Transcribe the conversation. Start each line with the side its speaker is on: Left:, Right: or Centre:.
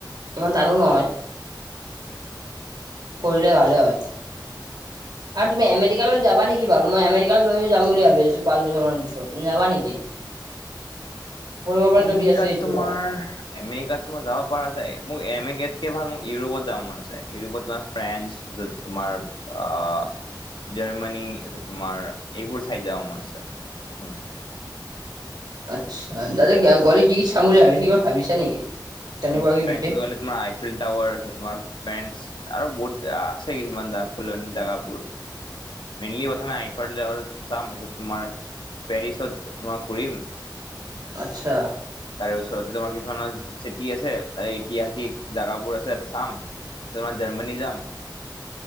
Right: ইমান টানো নহয়। কৰিলে ভালে হয়। আৰু তুমি আমেৰিকা যাবা নেকি বাৰু মই আমেৰিকালৈ যাম বুলি ভাবিছো পাঁচবছৰ মান পিছত তুমি যাবা নেকি? <inaudible> পৰিকল্পনা
Left: আমেৰিকাত
Right: চলি আছে এইটো
Left: তোমাৰ
Right: অ
Left: এমেৰিকাত তোমাৰ যাব পৰা যায় মোক এমেৰিকাতকৈ ভাল মোক ইউৰোপত যাওঁ মন আছে ইউৰোপত তোমাৰ ফ্ৰেন্স যত তোমাৰ অহ, জাৰ্মানী। এ ছত তোমাৰ এইবোৰ চাইড যাওঁ মন আছে প্ৰথমে।
Right: আচ্ছা তাতে গলে কি কি চাম বুলি ভাবিছে কিবা ভাবিছা নেকি? তেনেকুৱাকে
Left: তুমি ফ্ৰেনছি
Right: বিশেষ
Left: কলে তোমাৰ আইফিল্ টাৱাৰ তোমাৰ ফেনছ আৰু বহুত বেয়া আছে কিছুমান কুলনি জেগাবোৰ। মেইনলি কথা নাই আইফাৰ লেয়ালত চাম মেজত তোমাৰ পেৰিচত তোমাৰ ঘূৰিম।
Right: আত্চ্ছা।
Left: তাৰে ওচৰতে তোমাৰ কিছুমান চিটি আছে, তাৰে ইতিহাসিক জাগাবোৰ আছে তাতে চাম। তোমাৰ জাৰ্মানী যাম।